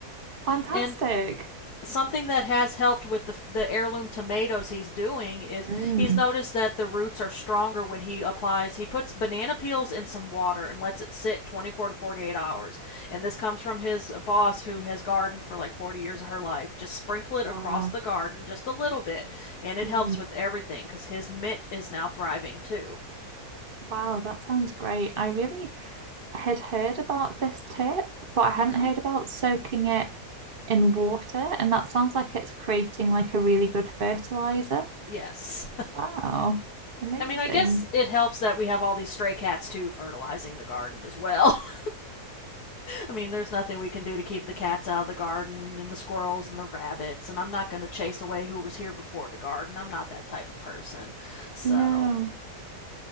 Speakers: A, on the right; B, on the left.
A: fantastic.
B: And something that has helped with the, the heirloom tomatoes he's doing is
A: Mm.
B: he's noticed that the roots are stronger when he applies he puts banana peels in some water and lets it sit 24 to 48 hours and this comes from his boss who has gardened for like 40 years of her life just sprinkle it
A: Wow.
B: across the garden just a little bit and it
A: Mm.
B: helps with everything because his mint is now thriving too
A: Wow, that sounds great. I really had heard about this tip, but I hadn't
B: mm-hmm
A: heard about soaking it in water, and that sounds like it's creating like a really good fertilizer.
B: yes
A: Wow, amazing.
B: i mean i guess it helps that we have all these stray cats too fertilizing the garden as well <laughs> I mean, there's nothing we can do to keep the cats out of the garden and the squirrels and the rabbits, and I'm not going to chase away who was here before the garden. I'm not that type of person. So,
A: No.